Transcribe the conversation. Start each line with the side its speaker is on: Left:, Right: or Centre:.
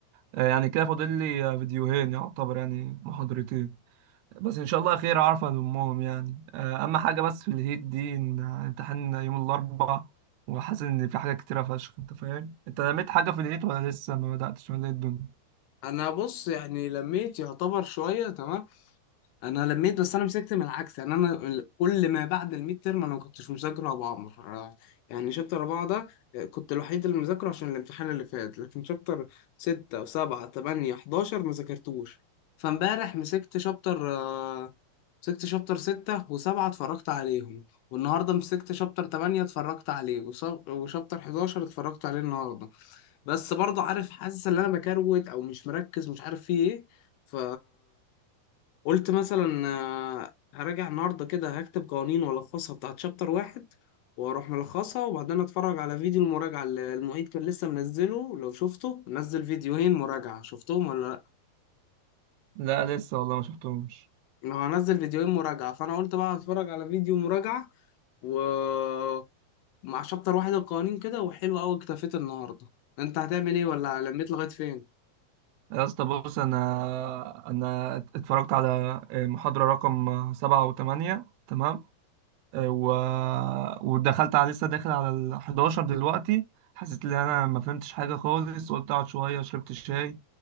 Right: آه، يعني كده فاضل لي آه، فيديوهين يعتبر يعني محاضرتين بس ان شاء الله خير عارفه لامهم يعني آه، اما حاجه بس في الهيت دي ان امتحان يوم الاربعاء وحاسس ان في حاجات كتيره فشخ انت فاهم انت لميت حاجه في الهيت ولا لسه ما بداتش ولا ايه الدنيا
Left: انا بص يعني لميت يعتبر شوية تمام انا لميت بس انا مسكت من العكس يعني انا ال- كل ما بعد الميد ترم انا ما كنتش مذاكر ابو عمر آه، يعني شابتر اربعه ده آه، كنت الوحيد اللي مذاكره عشان الامتحان اللي فات لكن شابتر سته وسبعه تمانيه حداشر ما ذاكرتوش فامبارح مسكت شابتر آه، مسكت شابتر سته وسبعه اتفرجت عليهم والنهارده مسكت شابتر تمانيه اتفرجت عليه وص- وشابتر حداشر اتفرجت عليه النهارده بس برضه عارف حاسس ان انا بكروت او مش مركز مش عارف في ايه ف قلت مثلا آه، هراجع النهارده كده هكتب قوانين والخصها بتاعت شابتر واحد واروح ملخصها وبعدين اتفرج على فيديو المراجعه اللي المعيد كان لسه منزله لو شفته نزل فيديوهين مراجعه شفتهم ولا لا
Right: لا لسه والله ما شفتهمش
Left: هو هنزل فيديوهين مراجعه فانا قلت بقى هتفرج على فيديو مراجعه ومع شابتر واحد القوانين كده وحلو قوي اكتفيت النهارده انت هتعمل ايه ولا لميت لغايه فين
Right: يا اسطى بص انا انا اتفرجت على آه، محاضرة رقم سبعة وثمانية تمام آه، و... ودخلت على لسه داخل على ال 11 دلوقتي حسيت ان انا ما فهمتش حاجة خالص قلت اقعد شوية شربت الشاي